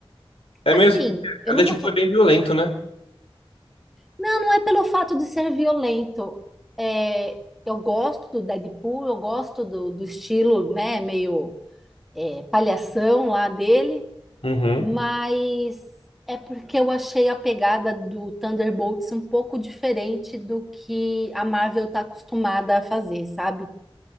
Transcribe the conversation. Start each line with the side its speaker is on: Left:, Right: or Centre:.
Left: É
Centre: Assim,
Left: mesmo? Porque
Centre: eu
Left: é Deadpool
Centre: não vou. fa-
Left: é bem violento, né?
Centre: Não, não é pelo fato de ser violento. É, eu gosto do Deadpool, eu gosto do, do estilo, né, meio é, palhação lá dele.
Left: Uhum.
Centre: mas é porque eu achei a pegada do Thunderbolts um pouco diferente do que a Marvel está acostumada a fazer, sabe?